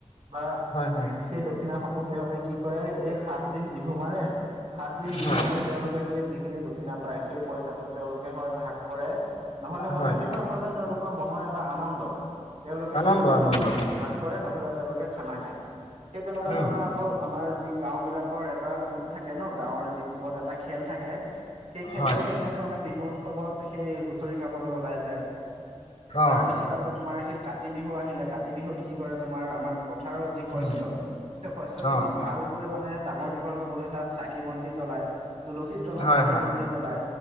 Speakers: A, on the right (about 75°); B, on the left (about 85°).
A: বা
B: হয় হয়
A: সেই দক্ষিণাসমূহ সিহঁতে কি কৰে এই সাত দিন বিহু মাৰে সাত দিন বিহু
B: হয়
A: মাৰি তেওঁলোকে সেই যিখিনি দক্ষিণা পায় সেই পইচাটো তেওঁলোকে হয় ভাগ কৰে নহ'লে মানে
B: হয়
A: সেইটো আচলতে তেওঁলোকৰ মনৰ এটা আনন্দ, তেওঁলোকে
B: আনন্দ
A: সেই পইচাটো
B: আনন্দ
A: ভাগ কৰে নহ'লে তেওঁলোকে খানা খায়। সেই তেনেকুৱা
B: উম
A: ধৰণৰ আকৌ আমাৰ যি গাঁও বিলাকৰ এটা গোট থাকে ন' গাঁৱৰ যিসকল এটা খেল থাকে সেই খেলটোৱে
B: হয়
A: তেনেধৰণে বিহুৰ উৎসৱত সেই হুঁচৰি গাবলৈ ওলাই যায়, তাৰপিছত
B: অ
A: আকৌ তোমাৰ সেই কাতি বিহু আহিলে কাতি বিহুত কি কৰে তোমাৰ আমাৰ পথাৰৰ যি শস্য
B: উম,
A: সেই শস্য খিনি
B: অ',
A: ভালকৈ মানে ডাঙৰ দীঘল হবলৈ তাত চাকি বন্তি জ্বলাই। তুলসীৰ তলত
B: হয়,
A: চাকি
B: হয়,
A: বন্তি জ্বলাই